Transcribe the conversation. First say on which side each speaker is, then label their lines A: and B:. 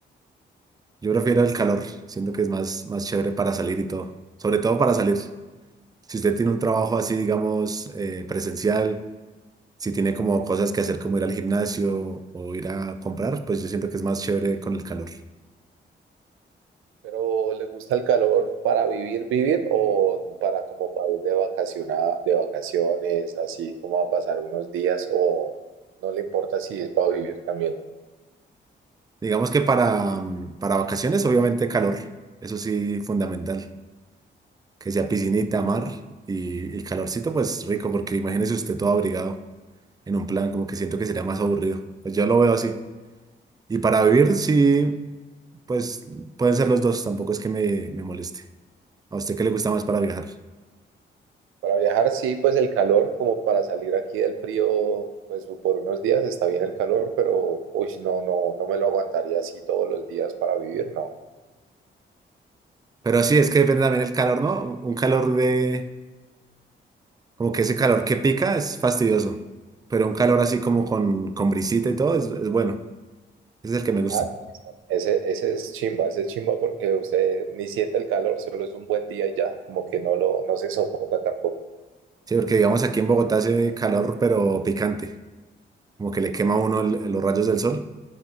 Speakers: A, on the right; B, on the right.
A: Yo prefiero el calor, siento que es más, más chévere para salir y todo, sobre todo para salir. Si usted tiene un trabajo así, digamos, eh, presencial, si tiene como cosas que hacer como ir al gimnasio o ir a comprar, pues yo siento que es más chévere con el calor.
B: Pero ¿le gusta el calor para vivir, vivir o para como para ir de vacaciona- de vacaciones, así como a pasar unos días o no le importa si es para vivir también?
A: Digamos que para, mm, para vacaciones, obviamente calor, eso sí, fundamental. Que sea piscinita, mar y, y calorcito, pues rico, porque imagínese usted todo abrigado en un plan, como que siento que sería más aburrido. Pues yo lo veo así. Y para vivir, sí, pues pueden ser los dos, tampoco es que me, me moleste. ¿A usted qué le gusta más para viajar?
B: Para viajar sí, pues el calor como para salir aquí del frío, pues por unos días está bien el calor, pero uy, no, no, no me lo aguantaría así todos los días para vivir, no.
A: Pero sí, es que depende también el calor, ¿no? Un calor de, como que ese calor que pica es fastidioso, pero un calor así como con, con brisita y todo es, es bueno. Ese es el que me gusta.
B: Ah, ese, ese es chimba, ese es chimba porque usted ni siente el calor, solo es un buen día y ya, como que no lo, no se sofoca tampoco.
A: Sí, porque digamos aquí en Bogotá hace calor, pero picante, como que le quema a uno el- los rayos del sol.